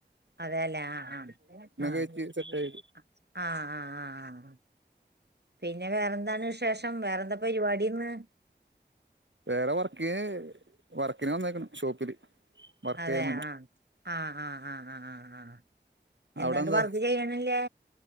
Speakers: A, on the right; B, on the right.
A: അതെല്ലേ ആഹ് ആഹ് ആഹ്
B: കഴിച്ച് സെറ്റ് ആയി
A: ആഹ് ആഹ് ആഹ് ആഹ് പിന്നെ വേറെന്താണ് വിശ് ശേഷം വേറെ എന്താ പരിപാടീന്ന്
B: വേറെ വർക്കി വർക്കിന് വന്നേക്കണ്‌ ഷോപ്പില് വർക്ക്
A: അതെ
B: ചെയ്യാൻ വേണ്ടി
A: ആഹ് ആഹ് ആഹ് ആഹ് ആഹ് ആഹ് എന്തുണ്ട്
B: അവിടെ എന്താ
A: വർക്ക് ചെയ്യണില്ലേ